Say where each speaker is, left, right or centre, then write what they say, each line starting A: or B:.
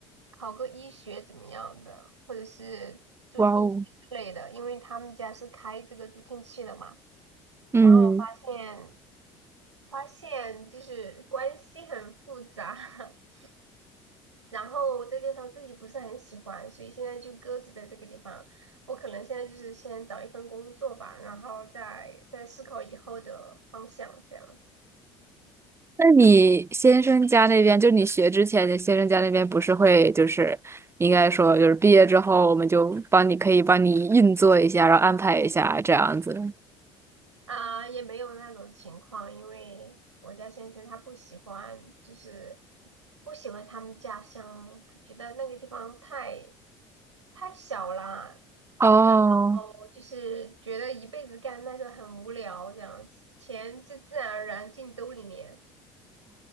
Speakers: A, on the right; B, on the right.
A: 考个医学怎么样的，或者是助听器之类的，
B: 哇哦，
A: 因为他们家是开这个助听器的嘛。
B: 嗯，
A: 然后发现发现就是关系很复杂，<laughs> 然后再加上自己不是很喜欢，所以现在就搁置在这个地方。我可能现在就是先找一份工作吧，然后再再思考以后的方向这样子。
B: 那你先生家那边，就你学之前，你先生家那边不是会就是应该说就是毕业之后，我们就帮你可以帮你运作一下，然后安排一下这样子。
A: 啊，也没有那种情况，因为我家先生他不喜欢，就是不喜欢他们家乡，他觉得那个地方太太小了，
B: 哦，
A: 然后就是觉得一辈子干那个很无聊这样子，钱就自然而然进兜里面。